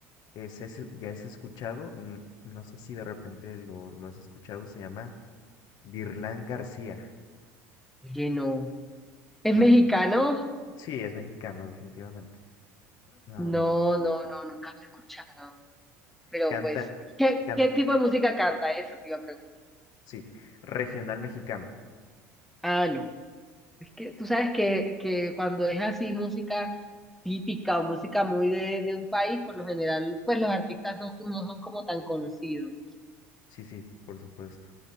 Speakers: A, on the left; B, in the centre.
A: Es, es- ya has escuchado, n- no sé si de repente lo, lo has escuchado, se llama Virlán García,
B: Oye, no. ¿Es
A: ¿no?
B: mexicano?
A: Sí, es mexicano, definitivamente. Am,
B: No, no, no, nunca lo he escuchado. Pero
A: canta,
B: pues, ¿qué,
A: can-
B: qué tipo de música canta eso? Te iba a preguntar.
A: sí, regional mexicano,
B: Ah, no. Es que tú sabes que, que cuando es así música típica o música muy de, de un país, por lo general, pues los artistas no, no son como tan conocidos.
A: sí, sí, por supuesto.